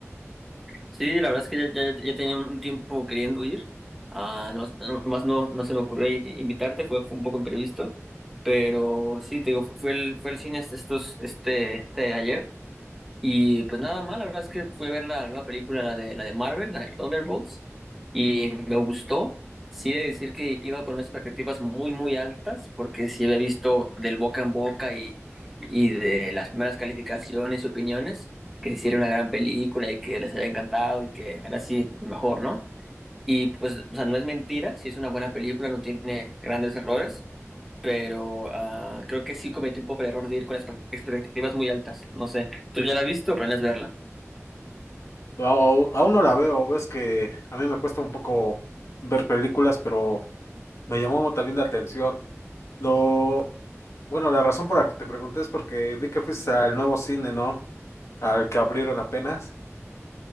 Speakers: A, in the centre; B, on the left.
A: Sí, la verdad es que ya, ya, ya tenía un tiempo queriendo ir. Ah, no, no- más no, no se me ocurrió i- invitarte, fue, fue un poco imprevisto, pero sí, te digo, fue el, fue el cine este- estos, este, este ayer. Y pues nada mal, la verdad es que fui a ver la nueva película, la de, la de Marvel, la de Thunderbolts, y me gustó. Sí, he de decir que iba con unas expectativas muy, muy altas, porque sí había visto del boca en boca y, y de las primeras calificaciones y opiniones, que hicieron una gran película y que les había encantado y que era así mejor, ¿no? Y pues, o sea, no es mentira, sí es una buena película, no tiene grandes errores pero ah, creo que sí cometí un poco el error de ir con expect- expectativas muy altas. No sé, ¿tú ya la has visto o planeas verla?
B: Au- Aún no la veo, ves que a mí me cuesta un poco ver películas, pero me llamó también la atención. Lo, bueno, la razón por la que te pregunté es porque vi que fuiste al nuevo cine, ¿no? Al que abrieron apenas.